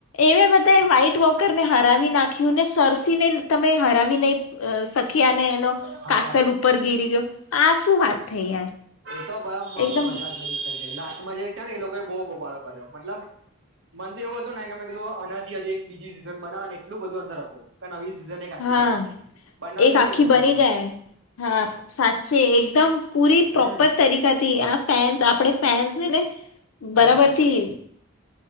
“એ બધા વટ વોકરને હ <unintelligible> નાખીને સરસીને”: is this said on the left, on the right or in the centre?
Left